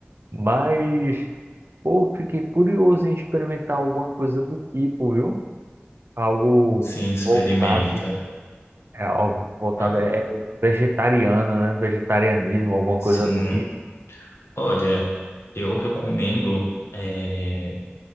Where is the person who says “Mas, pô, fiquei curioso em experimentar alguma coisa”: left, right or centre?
Right